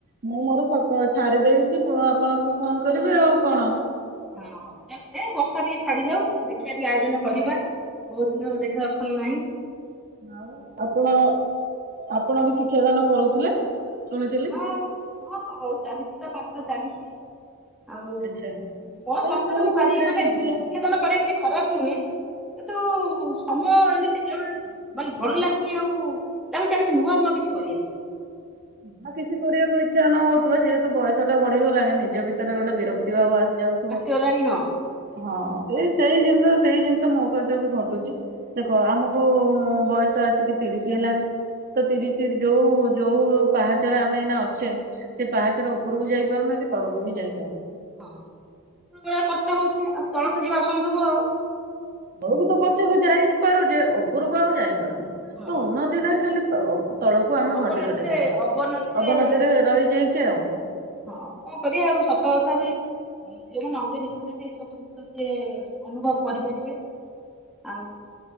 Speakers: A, on the right; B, in the centre.
A: ମୁଁ ମୋର ସକ ଛାରି ଦେଇକି ପ ଆପଣଙ୍କୁ ଫୋନ କରିବି ଆଉ କଣ।
B: ହଁ ଏଲ ବି ଏ ବର୍ଷା ଟିକେ ଛାଡି ଯାଉ ଦେ ଖିଆ ଆୟୋଜନ
A: ହଁ
B: କରିବା ବହୁତ ଦିନ ହବ ଦେଖା ଦର୍ଶନ ନାହିଁ।
A: ଆଉ ଆପଣ ଆପଣ ବି ଶିକ୍ଷାଦାନ କରୁଥିଲେ। ଶୁଣିଥିଲି
B: ହଁ ହଁ ହଉ ଚାଲିଛି ତ ସଂସ୍ଥା ଚାଲିଛି। ଆଉ
A: ଆଚ୍ଛା
B: କଣ ସାସ୍ଥ୍ୟରେ
A: କୋଉ
B: ମୁଁ
A: କୋଉ
B: ଭାରି
A: ଶ୍ରେଣୀର
B: ମାନେ ଶିକ୍ଷାଦନ
A: ପିଲା?
B: କରିବା କିଛି ଖରାପ ନୁହେଁ କିନ୍ତୁ ସମୟ ଏମିତି ଜୀବନରେ ମାନେ ଭଲ ଲାଗୁନି ଆଉ ଲାଗୁଛି ଆଉ କିଛି ନୂଆ ନୂଆ କିଛି କରିବା ପାଇଁ।
A: ନୂଆ କିଛି କରିବାକୁ ଇଚ୍ଛା ନ ହଉଥିବ ଯେହେତୁ ବୟସ ଟା ବଢିଗଲାଣି ନିଜ ଭିତରେ ଗୋଟେ ବିରକ୍ତି ଭାବ ଆ ହେଇଯାଉଥିବ
B: ଆସିଗଲାଣି ହଁ
A: ହଁ ସେଇ ସେଇ ଜିନିଷ ସେଇ ଜିନ ସେ ମୋ ସହିତ ବି ଘଟୁଛି ଦେଖ ଆମକୁ ବୟସ ଆସିକି ତିରିସି ହେଲାଣି। ତ ତିରିସି ର ଯୋଉ ଯୋଉ ପାହାଚର ଆମେ ଏଇନା ଅଛେ ସେ ପାହାଚର ଉପରକୁ ଯାଇପାରୁନେ କି ତଳକୁ ବି ଯାଇ
B: ହଁ ଉପରୁ ଚଢ଼ିବାକୁ କଷ୍ଟ ହଉଛି ଆଉ ତଳ କୁ ଯିବା ଅସମ୍ଭବ ଆଉ।
A: ତଳକୁ ତ ପଛକେ ଯାଇପାରୁଛେ ଓପରକୁ ଆଉ ଯାଇପାରୁନି ତ
B: ହଁ
A: ଉନ୍ନତି ନାହିଁ ଖାଲି ତ ତଳକୁ ଆମେ
B: ଅବନତିରେ
A: ଘଟି ଘଟି ଯାଉଛେ
B: ଅବନତିରେ
A: ଅବନତିରେ
B: ବେଶୀ
A: ରହିଯାଇଛେ ଆଉ।
B: ହଁ କଣ କରିବା ଆଉ ସତ କଥା ବି। ଉଁ ଯେଉମାନେ ଅଙ୍ଗି ନିଭଉଛନ୍ତି ଏ ସବୁ ଜିନିଷ ସେ ଅନୁଭବ କରିପାରିବେ। ଆଉ